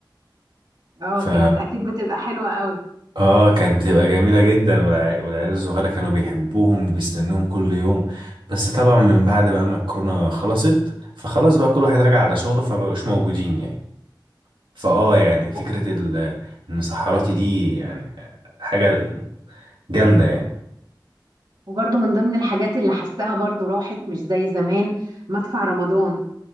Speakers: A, on the right (about 60°); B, on the right (about 85°).
A: اه
B: ف
A: كانت أكيد بتبقى حلوة قوي
B: اه كانت بتبقى جميلة جدا والع- والعيال الصغيرة كانوا بيحبوهم وبيستنوهم كل يوم بس طبعا من بعد بقى ما الكورونا خلصت فخلاص بقى كل واحد راجع على شغله فمبقوش موجودين يعني فاه
A: مم.
B: يعني فكرة
A: و-
B: ال- المسحراتي دي يعني حاجة جامدة يعني
A: وبرضو من ضمن الحاجات اللي حساها برضو راحت مش زي زمان مدفع رمضان